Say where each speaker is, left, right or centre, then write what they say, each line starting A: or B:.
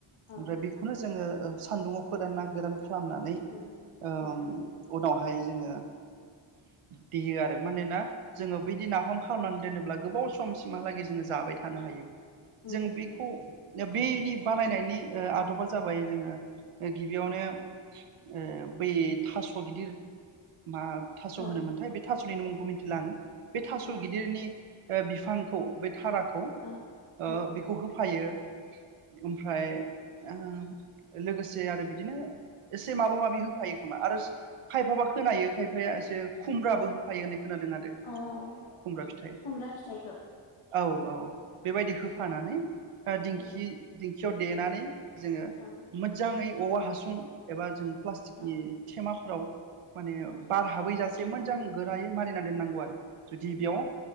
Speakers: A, on the left; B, on the right.
A: औ
B: ओमफ्राय बेखौनो
A: उम
B: जोङो ओ सान्दुङाव फोरनना गोरान ख्लामनानै ओ
A: उम
B: उनावहाय जोङो देयो आरो मानोना जोङो बिदि नाफाम खालामनानै दोनोब्ला गोबाव सम समसिमहालागै जोङो जाबाय थानो हायो
A: उम
B: जों बेखौ बेनि बानायनायनि ओ आदबा जाबाय जोङो ओ गि बियावनो ओ बै थास गिदिर मा थास'
A: औ
B: होनोमोनथाय बे थास'निनो मुंखौ मिन्थिला आं बे थास'
A: औ
B: गिदिरनि ओ बिफांखौ बे थाराखौ ओ
A: औ औ
B: बेखौ होफायो। ओमफ्राय ओ लोगोसे आरो एसे माबा माबि होफायो खोमा आरो खायफाबा खोनायो खायफाया एसे खुमब्राबो होफायो होननाय खोनादों आरो
A: ओ अ
B: खुमब्रा फिथाइ
A: खुमब्रा फिथाइखौ
B: औ औ बेबायदि
A: आदसा
B: होफानानै दिंखि
A: उम
B: ओ दिखि याव देनानै जोङो
A: औ
B: मोजाङै औवा हासुं एबा जों प्लास्टिकनि
A: औ
B: थेमाफ्राव माने
A: औ
B: बार हाबैजासे मोजां। गोरायै मारिना दोननांगौ आरो। जुदि बेयाव
A: उम